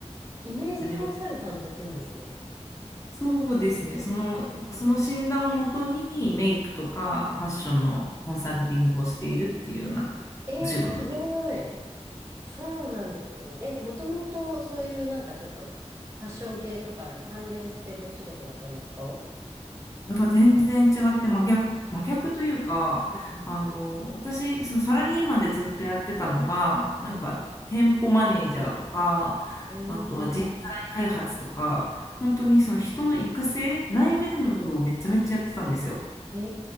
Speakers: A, on the right (about 25°); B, on the left (about 25°).
A: イメージコンサルタントって言うんですね。
B: あれを。そうですね、その、その診断をもとにメイクとかファッションのコンサルティングをしているっていうようなお仕事で。
A: ええー、すごい。そうなんですね。え、もともとそういうなんかちょっとファッション系とかに関連してるお仕事だったんですか
B: それが全然違って真逆、真逆というか、
A: うんうん。
B: あの、私、そのサラリーマンでずっとやってたのが、なんか、
A: はい。
B: 店舗マネージャーとか、
A: ええー、
B: あとは人材開発とか、本当にその人の育成、内面の部分をめちゃめちゃやってたんですよ。
A: え